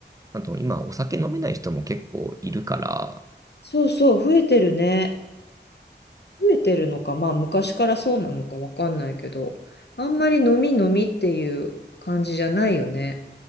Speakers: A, on the right; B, on the left.
A: あと今、お酒飲めない人も結構いるから、
B: そうそう、増えてるね。増えてるのか、まあ昔からそうなのかわかんないけど、あんまり飲み飲みっていう感じじゃないよね。